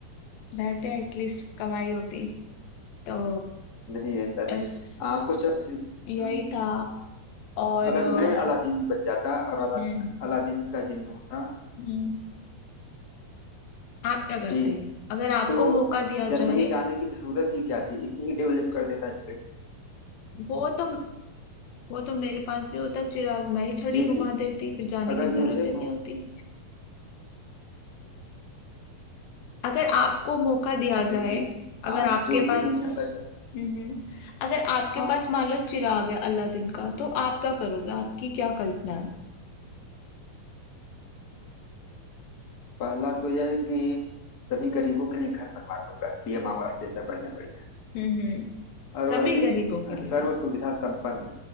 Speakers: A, on the left; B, on the left.
A: रहते एटलीस्ट कमाई होती तो
B: नहीं ऐसा नहीं
A: बस
B: आ, कुछ और दे-
A: यही
B: अम,
A: था और
B: अगर
A: अ,
B: मैं अलादीन बन जाता और अला,
A: हम्म,
B: अलादीन का जिन्न होता
A: हम्म, आप क्या करते
B: जी
A: हैं अगर आपको
B: तो
A: मौका दिया
B: जर्मनी
A: जाए
B: जाने की जरूरत ही क्या थी इसे ही डेवलप कर देता अच्छा
A: वो तो वो तो मेरे पास भी होता चिराग मैं ही छड़ी
B: जी
A: घुमा
B: जी
A: देती फिर जाने
B: अगर
A: की जरूरत
B: मुझे
A: ही
B: मौ-
A: नहीं होती अगर आपको मौका दिया
B: देखिए
A: जाए अगर
B: आज
A: आपके
B: जो
A: पास
B: भी दुनिया भर
A: हम्म अगर आपके
B: हाँ
A: पास मान लो चिराग है अलादीन का तो आप क्या करोगे आपकी क्या कल्पना है
B: पहला तो यह है कि सभी गरीबों के लिए घर बनवा दूंगा पीएम आवास जैसा बढ़िया बढ़िया
A: हम्म
B: और वह
A: सभी
B: भी
A: गरीबों के
B: अ, सर्व
A: लिए
B: सुविधा संपन्न